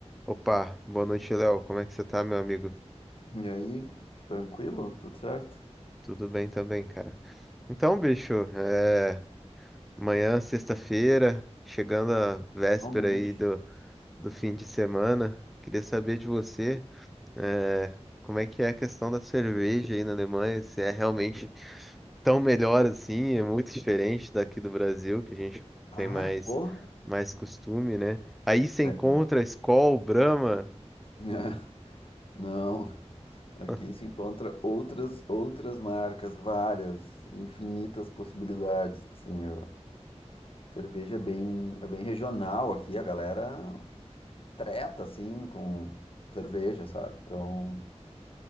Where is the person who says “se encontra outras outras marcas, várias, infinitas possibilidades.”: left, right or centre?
Left